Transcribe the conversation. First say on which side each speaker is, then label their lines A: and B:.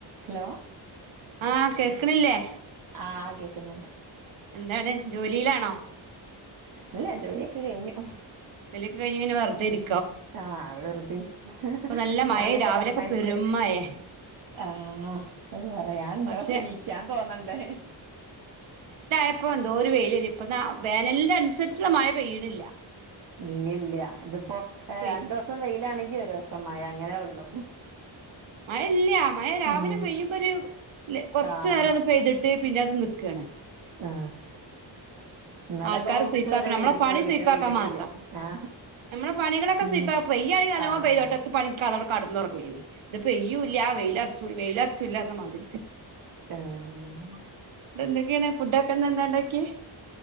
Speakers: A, on the right (about 45°); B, on the right (about 85°).
A: Hello
B: ആഹ കേക്ണില്ലേ
A: ആ കേക്കുന്ന്ണ്ട്
B: ന്താണ് ജോലിയിലാ
A: ഇല്ല ജോലിയൊക്കെ കഴിഞ്ഞു
B: ജോലിയൊക്കെ കഴിഞ്ഞ് ഇങ്ങനെ വെറുതെരി
A: ആഹ വെറുതെരിച്ച
B: ഇപ്പൊ നല്ല
A: മോനൊക്കെ
B: മഴ രാവിലെയൊക്കെ
A: പറഞ്ഞയച്ച്
B: പെരും മഴേ
A: ആഹ അത് പറയാന്ണ്ടോ
B: പക്ഷെ
A: നീക്കാൻ തോന്നണ്ടേ
B: ഇപ്പം എന്തൊരു വെയിലേനി ഇപ്പാ വേനലിന്റെ അനുസരിച്ചുള്ള മഴ പെയ്യുന്നില്ല
A: ഇല്ലല്ല ഇതിപ്പോ
B: പെയ്
A: രണ്ടു ദിവസം വെയിലാണെങ്കിൽ ഒരു ദിവസം മഴ അങ്ങനെ ഉള്ളു
B: മഴ ഇല്ല മഴ രാവിലെ
A: ഉം
B: പെയ്യുമ്പൊ ഒരു കൊറച്ചു
A: ആഹ്
B: നേരം അത് പെയ്തിട്ട് പിന്നെ അത് നി ക്കണ്
A: ആ ഇന്നലെക്കൊ
B: ആൾക്കാര്
A: ഉച്ചവരെ
B: സ്വീപ്പാക്കണം
A: പെയ്തി
B: നമ്മളെ
A: ട്ടുള്ളു
B: പണി സ്വീപ്പാക്കാൻ
A: പിന്നെ പെയ്തിട്ടുല്ല
B: മാത്രം
A: ആ
B: നമ്മളെ പണികളൊക്കെ
A: ഉം
B: സ്വീപ്പാക്ക പെയ്യാണെങ്കിൽ നല്ലോം
A: ആഹ്
B: പെയ്യത്തോട്ടെ എത്തും പണി <unintelligible> കടന്നുറങ്ങിയീനി ഇത് പെയ്യൂല്ല ആ വെയിലറച്ചു വെയിലറച്ചുല്ലാ പറഞ്ഞ മാതിരി
A: ആഹ
B: ഇന്നട്ട് എന്തൊക്കെയാണ് ഫുഡൊക്കെന്ന എന്താണ്ടാക്കിയെ